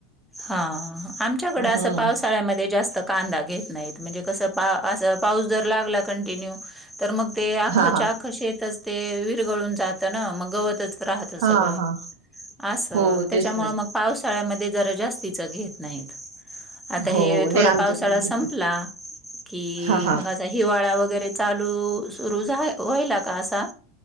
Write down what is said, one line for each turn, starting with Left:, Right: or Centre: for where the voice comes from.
Centre: हा आमच्याकडे
Right: हम्म
Centre: अस पाऊस श जास्त कांदा घेत नाहीत म्हणजे कस अस पाऊस जर लागला कंटिन्यू तर मग ते आखच्या
Right: हा हा
Centre: आख शेतच ते विरगळून जातं ना मग गवतच राहतं
Right: हा
Centre: सगळं
Right: हा
Centre: असं.
Right: हो
Centre: त्याच्यामुळे
Right: तेच ना
Centre: मग पावसाळ्यामध्ये ज जास्ती घेत नाहीत आता
Right: हो
Centre: हे
Right: नाही
Centre: थोडा
Right: आमच्याकडे
Centre: पावसाळा
Right: घेतात
Centre: संपला की
Right: हा हा
Centre: मग हिवाळा वगैरे चालू सुर होईला का असा